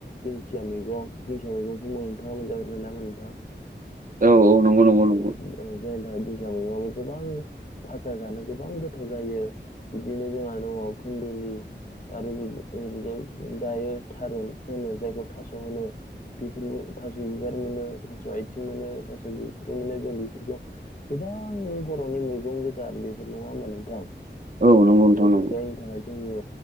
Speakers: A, on the left (about 45°); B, on the right (about 45°).
A: दिंखिया मैगं दिंखिया मैगंखौ नोंथाङा मोनजा बाय नामा नोंथाङा।
B: औ। नंगौ नंगौ नंगौ
A: औ औ जायनि थाखाय दिंखिया मैगंआ गोबां भाजा जानो गोबां गोथाव जायो। बिदिनो जों दङ खुन्दलि आरो बिदि ओरैजाय दायो थारुन होनो जायखौ थास' होनो। बे थास' एंगार मोनो थास' आथिं मोनो थास' बि बेफोरनो जों बेफोरखौ गोबां बर'नि मैगं गोदान बेफोर नङा होमा नोंथां।
B: औ नंगौ नोंथां
A: औ
B: नगौ।
A: जायनि थाखाय जोंनि